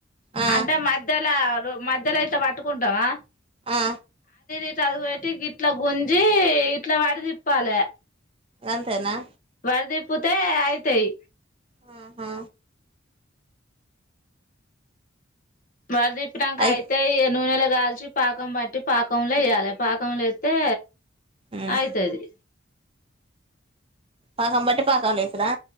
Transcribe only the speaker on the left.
అంటే మధ్యలో ర మధ్యలో అయితే పట్టుకుంటావా
ఇట్లా అది పెట్టి ఇట్లా గుంజి ఇట్లా వాడి తిప్పాలి
అరిది పోతే అయితాయి
వరదీప్పినాంక
అయితేయి నూనెల గాల్చి పాకం బట్టి పాకంలో యెయ్యాలి పాకంలో యే త్తే
ఆయితది